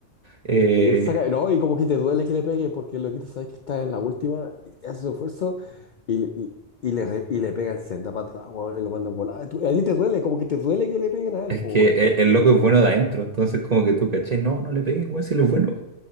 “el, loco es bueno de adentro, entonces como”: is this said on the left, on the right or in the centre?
Right